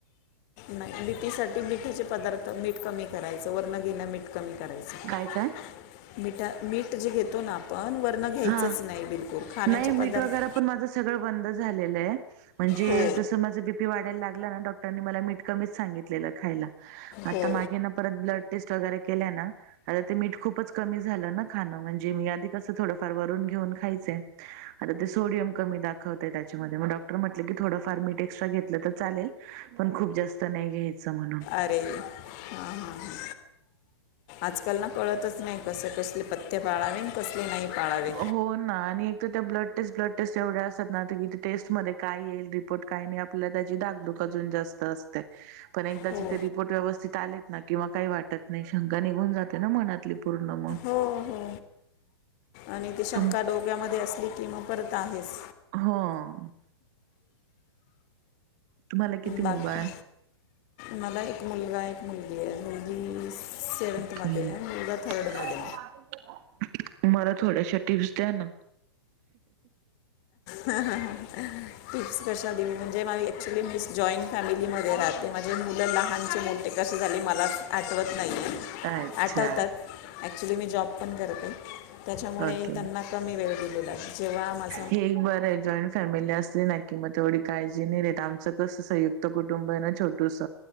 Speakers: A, on the left (about 40°); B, on the right (about 40°).
A: नाही बी पी साठी मिठीचे पदार्थ मीठ कमी करायच वर मीठ कमी करायच
B: काय काय?
A: मीठ जे घेतो ना आप पण वर्ण घ्यायचच
B: हा
A: नाही बिलकुल खाण्याचे
B: नाही मीठ
A: पदार्थ
B: वगैरे पण माझं सगळं बंद झालेलं आहे. म्हणजे
A: हो
B: जसं माझं बी पी वाढायला लागलं ना डॉक्टरांनी मला मीठ कमीच सांगितलेलं खायला. मग आता
A: हो
B: मागे ना परत ब्लट टेस्ट वगैरे केल्या ना आता ते मी खूपच कमी झालं ना खाना म्हणजे मी आधी कसं थोडं फार भरून घेऊन खायचं आता ते सोडियम कमी दाखवता ते त्याच्यामध्ये म डॉक्टर म्हटले की थोडाफार नीट एक्स्ट्रा घेतलं तर चालेल पण खूप जास्त नाही घ्यायचं म्हणून.
A: अरे हां -हां -हां. आजकाल ना कळतच नाही कस कसले पथ्य पाळावीन कसली नाही. पाळावे
B: हो ना आणि तर त्या ब्लड टेस्ट- ब्लड टेस्ट एवढ्या असत ना तर कि ते टेस्टमध्ये काय येईल रिपोर्ट काय नाही आपल्या त्याची धाकधूक अजून जास्त असते पण एकदाचे
A: हो
B: ते रिपोर्ट पोट व्यवस्थित आलेत ना किंवा काही वाटत नाही शंका निघून जाते ना मनातली पूर्ण मग.
A: हो- हो आणि ती शंका
B: तुम
A: डोक्यामध्ये असली की मग परत आहेस.
B: हम्म. तुम्हाला किती मुलबाळ
A: बाकी
B: आहे
A: मला एक मुलगा एक मुलगी आहे मुलगी सेवनंतमध्ये
B: ओके
A: मुलगा थर्डमध्ये.
B: <inaudible> मला थोड्याशा टिप्स द्या ना.
A: टिप्स कशा दि म्हजे मा एक्च्युली मीस जॉईन फॅमिलीमध्ये राहते माझे मुलं लहानचे मोठे कसे झाले मला आठवत नाही आहे.
B: अच्छा
A: आठवतात ॲक्च्युली मी जॉब पण करते. त्याच्यामुळे
B: ओके
A: त्यांना कमी वेळ दिलेला जेव्हा माझ
B: हे एक बर आहे जॉईंट फॅम फॅमिली असली ना कि म तेवढी काळजी नाही र आमचं कस संयुक्त कुटुंब आहे ना छोटूस